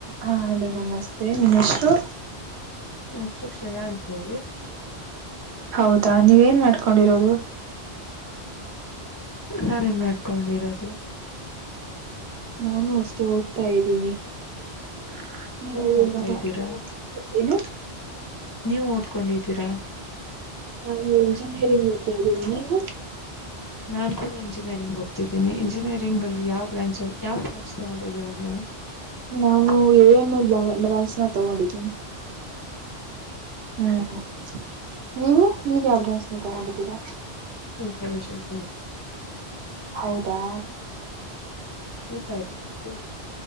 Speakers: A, on the right; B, on the left.
A: ಹಾ ಅಲೋ ನಮಸ್ತೆ ನಿಮ್ಮೆಶ್ರು?
B: ಹ ಶ್ರೇಯಾ ಅಂತ ಹೇಳಿ,
A: ಹೌದಾ ನೀವೇನ್ ಮಾಡ್ಕೊಂಡಿರೋದು?
B: ನಾನೇನ್ ಮಾಡ್ಕೊಂಡಿರೋದು?
A: ನಾನು ಅಷ್ಟೇ ಓದ್ತಾ ಇದ್ದೀನಿ. <unintelligible> ನೀವು
B: ನೀವ್ ಓದ್ತಾ
A: ಇವಾಗ
B: ಇದ್ದೀರಾ?
A: ಏನು
B: ನೀವು ಓದ್ಕೊಂಡಿದ್ದೀರಾ?
A: ಹಾ ಇಂಜಿನಿಯರಿಂಗ್ ಓದ್ತಾ ಇದೀನಿ. ನೀವು?
B: ನಾನ್ ಕೂಡ ಇಂಜಿನಿಯರಿಂಗ್ ಗೊತ್ತಿದ್ದೇನೆ, ಇಂಜಿನಿಯರಿಂಗ್ ಅಲ್ಲಿ ಯಾವ ಬ್ರಾಂಚಲ್ ಯಾವ್ ಬ್ರಾಂಚ್ ತಗೊಂಡಿದ್ದೀರ ನೀವು?
A: ನಾನು ಎ ಎಂ ಎಲ್ ನ ತಗೊಂಡಿದ್ದಿನಿ. ಹ್ಮ್ ನೀವು ನೀವ ಯಾವ್ ಬ್ರಾಂಚ್ ನ ತಗೊಂಡಿದ್ದೀರಾ?
B: Commission science.
A: ಹೌದಾ
B: ಊಟ ಆಯ್ತಾ ನಿಮ್ದು?